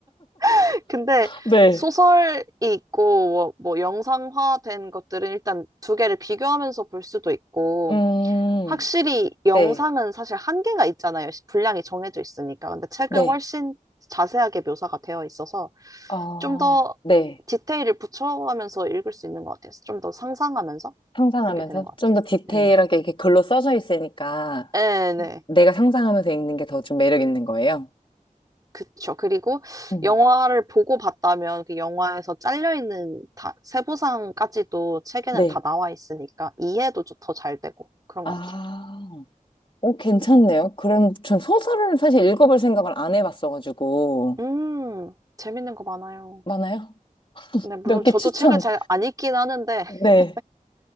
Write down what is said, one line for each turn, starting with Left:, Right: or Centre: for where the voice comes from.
Right: <laughs> 근데
Left: 네.
Right: 소설이 있고, 뭐, 뭐 영상화된 것들은 일단 두 개를 비교하면서 볼 수도 있고,
Left: 음,
Right: 확실히 영상은
Left: 네.
Right: 사실 한계가 있잖아요. 시- 분량이 정해져 있으니까. 근데 책은
Left: 네.
Right: 훨씬 자세하게 묘사가 되어 있어서
Left: 아,
Right: 좀 더
Left: 네.
Right: 디테일을 붙여가면서 읽을 수 있는 것 같아요. 좀 더 상상하면서
Left: 상상하면서
Right: 보게 되는 것 같아요.
Left: 좀 더 디테일하게
Right: 네네.
Left: 이렇게 글로 써져 있으니까
Right: 네네.
Left: 내가 상상하면서 읽는 게 더 좀 매력 있는 거예요.
Right: 그쵸. 그리고
Left: 음.
Right: 영화를 보고 봤다면 그 영화에서 잘려있는 다, 세부상까지도 책에는
Left: 네.
Right: 다 나와 있으니까 이해도 더 잘 되고 그런
Left: 아,
Right: 것 같아요.
Left: 오, 괜찮네요. 그럼 전 소설을 사실 읽어볼 생각을 안 해봤어가지고.
Right: 음, 재밌는 거 많아요.
Left: 많아요?
Right: 네, 물론
Left: 몇 개
Right: 저도
Left: 추천.
Right: 책을 잘 안 읽긴 하는데,
Left: 네,
Right: <laughs>